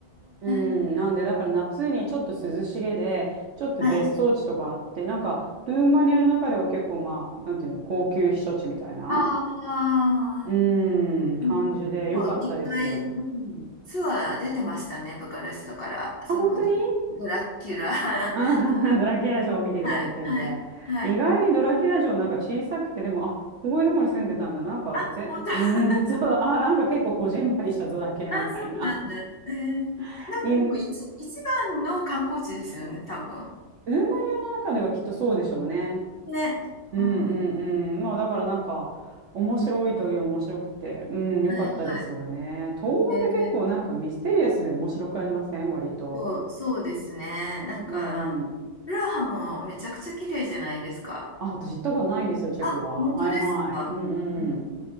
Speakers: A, on the right; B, on the left.
A: うん、
B: ー、
A: なんでだから夏にちょっと涼しげで、ちょっと別荘地とかあって、
B: はい。
A: なんかルーマニアの中では結構まあ、なんていうの、高級避暑地みたいな。
B: ああ、
A: うーん、
B: うん。
A: 感じで良かったですよ。
B: そう、いっぱい、うん、ツアー出てましたね、ブカレストから。そのド、
A: あ、本当に
B: ドラキュラ。<laughs> は
A: うん <laughs> ドラキュラ城を見てみたいっていうので。
B: い、はい、はい。
A: 意外にドラキュラ城なんか小さくて、でも、あ、こういうとこに住んでたんだ。なんかぜ、
B: あ、本当。
A: うーん、
B: <laughs>
A: <laughs> そう、あ、なんか結構こじんまりしたドラキュラみたいな。
B: あ、そうなんだ。えー、
A: <laughs>
B: なんかでも一、
A: イ
B: 一番の観光地ですよね、多分。
A: ルーマニアの中ではきっとそうでしょうね。
B: ね。
A: うんうんうん。
B: うん。
A: まあだからなんか、面白いという面白くて、うん、良かったですよね。
B: はい、はい。
A: 東欧って結構なんかミステリアスで面白くありません割と。
B: えーそう、そうですね。なんか、
A: うん。
B: プラハもめちゃくちゃ綺麗じゃないですか。
A: あ、私行ったことないんですよ、チェコは。
B: あ、本当ですか。
A: はいはい。うんうん。
B: ね